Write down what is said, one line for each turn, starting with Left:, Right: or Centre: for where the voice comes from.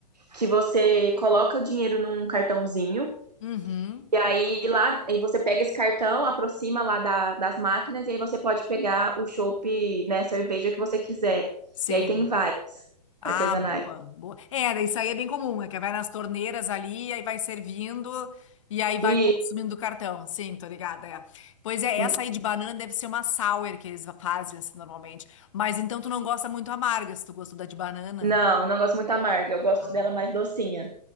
Right: que você coloca o dinheiro num cartãozinho,
Left: Uhum.
Right: e aí lá, aí você pega esse cartão, aproxima lá da- das máquinas, e aí você pode pegar o chopp, né, cerveja que você quiser.
Left: Sim.
Right: E aí tem várias artesanais.
Left: Ah, boa, boa. É, daí isso aí é bem comum, é que vai nas torneiras ali, aí vai servindo e aí vai
Right: E
Left: consumindo do cartão. Sim, tô ligada, é. Pois é,
Right: n-
Left: essa aí de banana deve ser uma sour que eles fazem assim, normalmente. Mas então tu não gosta muito amarga, se tu gostou da de banana.
Right: não, não gosto muito amarga, eu gosto
Left: Ah,
Right: dela mais docinha.